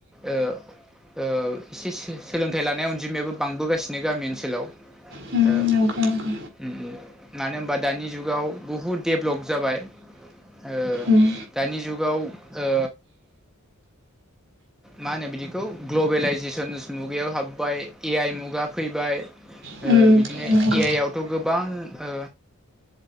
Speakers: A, in the centre; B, on the right (about 55°).
A: ओ ओ सो-सोलोंथाइ लानाय अनजिमायाबो बांबोगासिनो गामि ओनसोलाव ओ
B: उम
A: ओम
B: उम नंगौ नंगौ
A: ओम मानो होनबा दानि जुगाव बहुद देभलप जाबाय ओ
B: उम
A: दानि जुगाव ओ मा होनो बिदिखौ ग्लबेेलइजेसनस मुगायाव हाबबाय ए आइ मुगा फैबाय ओ
B: उम
A: बिदिनो ए
B: नंगौ
A: आइ आवथ' गोबां ओ